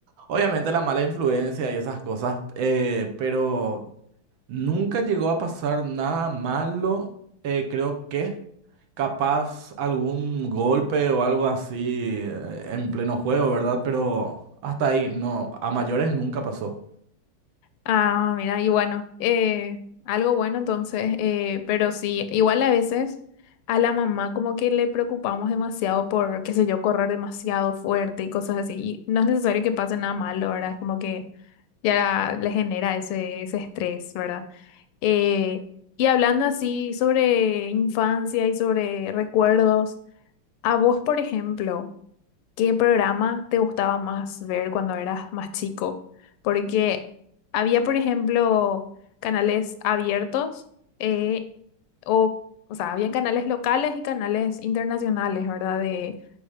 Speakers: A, on the right; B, on the left.
A: Obviamente la mala influencia y esas cosas, eh, pero nunca llegó a pasar nada malo, eh, creo que capaz algún golpe o algo así eh, en pleno juego, ¿verdad? Pero hasta ahí, no, a mayores nunca pasó.
B: Ah, mira, y bueno, eh, algo bueno entonces, eh, pero sí, igual a veces a la mamá como que le preocupamos demasiado por, qué sé yo, correr demasiado fuerte y cosas así. Y no es necesario que pase nada malo, ¿verdad? Es como que ya le genera ese, ese estrés, ¿verdad? Eh, y hablando así sobre infancia y sobre recuerdos, a vos, por ejemplo. ¿Qué programa te gustaba más ver cuando eras más chico? Porque había, por ejemplo, canales abiertos, eh, o, o sea, había canales locales y canales internacionales, ¿verdad? De,